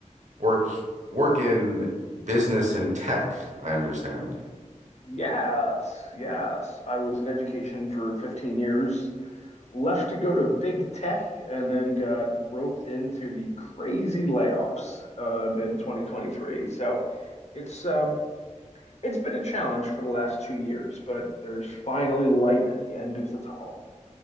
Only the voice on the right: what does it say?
work work in business and tech, I understand.